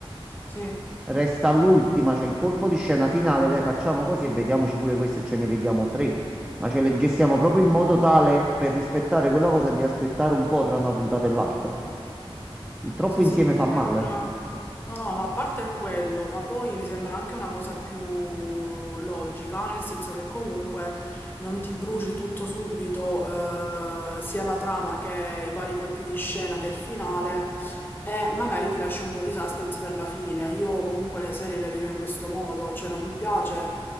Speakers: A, on the left (about 20°); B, in the centre.
A: sì,
B: Resta all'ultima, c'è il colpo di scena finale, dai, facciamo così e vediamoci pure queste, ce ne vediamo tre. Ma ce le gestiamo proprio in modo tale per rispettare quella cosa di aspettare un po' tra una puntata e l'altra. Il troppo
A: sì,
B: insieme
A: sì, che
B: fa
A: mi
B: male.
A: sembra... No, no, ma a parte quello, ma poi mi sembra anche una cosa più logica, nel senso che comunque non ti bruci tutto subito, eh, sia la trama che i vari colpi di scena che il finale, E magari ti lascia un po' di suspense per la fine. Io comunque le serie le vivo in questo modo, cioè non mi piace